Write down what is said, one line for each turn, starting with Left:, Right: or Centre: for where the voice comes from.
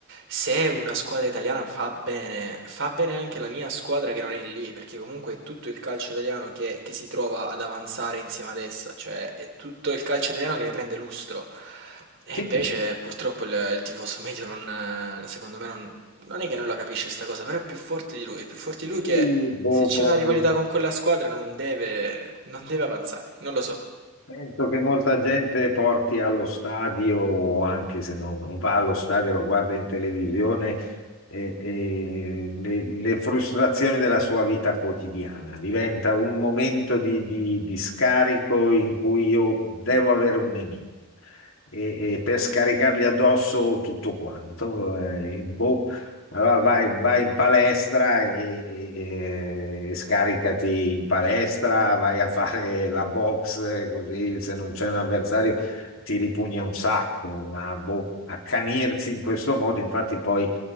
Right: se una squadra italiana fa bene, fa bene anche la mia squadra che non è lì, perché comunque è tutto il calcio italiano che, che si trova ad avanzare insieme ad essa, cioè è tutto il calcio italiano che ne prende lustro. E
Left: sì,
Right: invece purtroppo il, il tifoso medio non, eh, secondo me non è che non la capisce sta cosa, però è più forte di lui. È più forte di
Left: quindi,
Right: lui che
Left: boh,
Right: se c'è
Left: poi
Right: una rivalità con quella squadra non deve, non deve avanzare. Non lo so.
Left: Penso che molta gente porti allo stadio, o anche se non, non va allo stadio, lo guarda in televisione, e- e le, le frustrazioni della sua vita quotidiana. Diventa un momento di, di di scarico in cui io devo avere un nemico e, e per scaricargli addosso tutto quanto. eh, boh, allora vai, vai in palestra e, e- e scaricati in palestra, vai a fare la box, eh, così se non c'è un avversario ti ripugna un sacco, ma boh, accanirsi in questo modo, infatti poi...